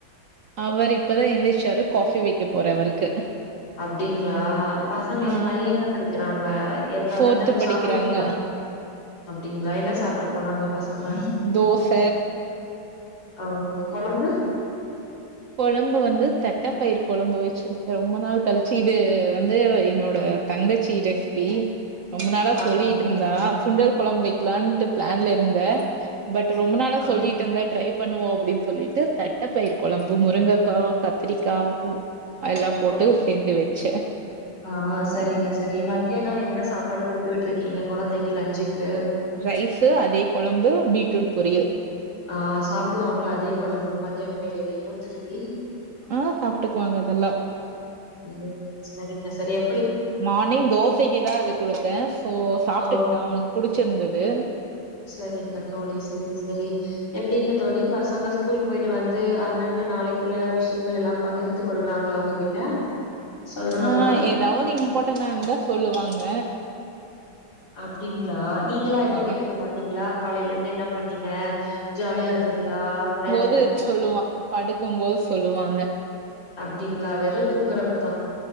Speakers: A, on the right (about 75°); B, on the left (about 50°).
A: அவர் இப்பதா எந்திரிச்சாரு காஃபி வெக்க போற அவருக்கு
B: அப்டிங்ளா பசங்க
A: ஆ
B: பைய என்ன படிக்கிறாங்க எவ்வள
A: ஃபோர்த்து
B: என்ன
A: படிக்கிறாங்க
B: சாப்டுட்டு போனாங் அப்டிங்ளா என்ன சாப் ட்டு போனாங்க பசங்க
A: தோச
B: ஆ கொழம்பு
A: கொழம்பு வந்து தட்ட பயிர் கொழம்பு வெச்சிருக்கு ரொம்ப நாள் கழிச்சு இது வந் து என்னோட தங்கச்சி ரெஸ்பி ரொம்ப நாளா
B: அப்டிங்களா
A: சொல்லிட்டு இருந்தா சுண்டல் கொழம்பு வெக் லான்ட்டு பிளான்ல இருந்தே பட் ரொம்ப நாளா
B: ஆ
A: சொல்லிட்டு இருந்த ட்ரை பண்ணுவோ அப்டின் சொல்லிட்டு தட்டைப்பயிர் கொழம்பு முருங்கைக்கா கத்திரிக்கா அதெலா போட்டு
B: ஓ
A: செஞ்சு வெச்சே
B: ஆ சரிங்க சரி மத்தியான என்ன சாப்பாடு குடுத்து விட்ருக்கிங்க கொழந்தைக்கு லஞ்சுக்கு
A: ரைஸு அதே கொழம்பு பீட்ரூட் பொரியல்
B: ஆ சாப்டுவாங்களா அதே கொழம்பு மத்தியான வேலையிலு திருப்பி
A: ஆ சாப்ட்டுக்குவாங்க அதெல்லா
B: <unintelligible> சரிங்க சரி எப்
A: மார்னிங் தோசைக்கு தா அது குடுத்தே சோ சாப்ட்டுக்கிட்டா
B: ஓ
A: அவனுக் புடிச்சுருந்தது
B: சரிங்க தோழி சரி சரி எப்டிங்க தோழி பசங்க ஸ்கூல் போயிட்டு வந்து அந்தந்த நாளைக்குள்ள விஷயங்களெல்லா பகிர்ந்து பண்றாங்ளா உங்ககிட்ட சொல்றாங்களா
A: ஆ ஏதாவது இம்பார்ட்டனா இருந்தா சொல்லுவாங்க
B: அப்டிங்ளா நீங்களா எதுவு
A: ஆ
B: கேட்டுக்க மாட்டிங்ளா காலையில இருந்து என்ன பண்ணிங்க ஜாலியா இருந்திங்ளா வெளையாடு
A: இல்ல சொல்லுவா படுக்கும் போது சொல்லுவாங்க
B: அப்டிங்ளா வெறு தூங்கறப்பதா